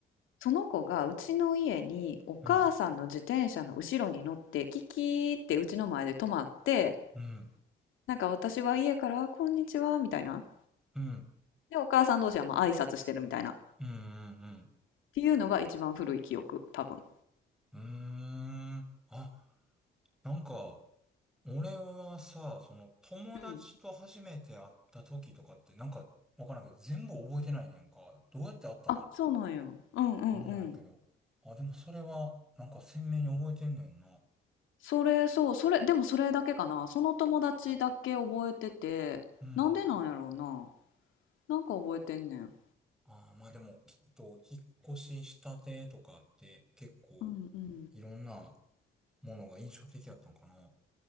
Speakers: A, on the left (about 80°); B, in the centre.
A: その子がうちの家にお母さんの自転車の後ろに乗って、
B: うん。
A: キキーってうちの前で止まって、
B: うん。
A: なんか私は家から、こんにちは、みたいな。
B: うん。
A: で、お母さん同士はまあ挨拶してるみたいな。っ
B: うんうん。
A: ていうのが一番古い記憶、多分。
B: うーん。あ、なんか俺はさ、その友達と初めて会った時とかってなんかわからんけど全部覚えてないねんか。
A: うん。
B: どうやって会ったかな
A: あ、そうなんや。うんうんうん。
B: 思うんやけど。あ、でもそれは、なんか鮮明に覚えてんねんな。
A: それ、そう、それ、でもそれだけかな。その友達だけ覚えてて、
B: うんうん。
A: なんでなんやろうな。なんか覚えてんねん。
B: ああ、まあでも、きっと、引っ越ししたてとかって、結構、
A: うんうん。
B: いろんなものが印象的やったんかな。